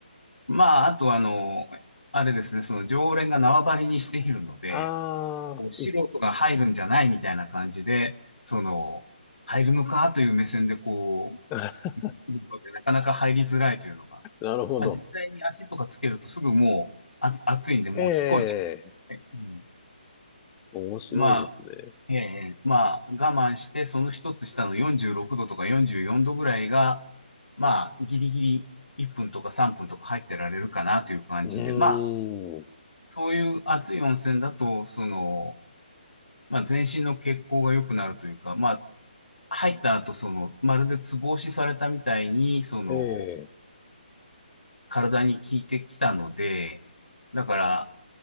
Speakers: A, on the left; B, on the left.
A: まあ、あとあの、あれですね、その常連が縄張りにしているので、
B: ああ、
A: こう素人が入るんじゃないみたいな感じで、
B: 一
A: その、入るのかという目線でこ
B: <laughs> な
A: う、来るのでなかなか入りづらいというのが。
B: るほど。
A: まあ、実際に足とかつけるとすぐもう、あ、暑いんでもう引っ込めちゃ
B: ええ、
A: う。うん
B: 面白いですね。
A: まあ、ええ、まあ、我慢して、その一つ下の46度とか44度ぐらいが、まあ、ギリギリ1分とか3分とか入ってられるかなという感じで、
B: うーん。
A: まあ、そういう熱い温泉だと、その、まあ、全身の血行が良くなるというか、まあ、入った後、その、まるでツボ押しされたみたいに、その、
B: ええ。
A: 体に効いてきたので、だから、